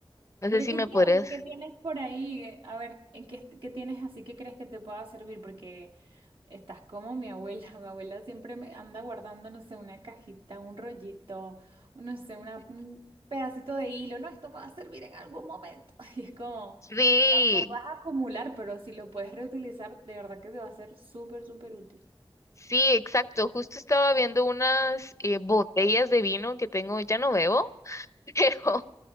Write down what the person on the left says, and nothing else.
no
sé si
me
podrías.
Sí,
sí, exacto. Justo estaba viendo unas eh, botellas de vino que tengo, ya no bebo, <laughs> pero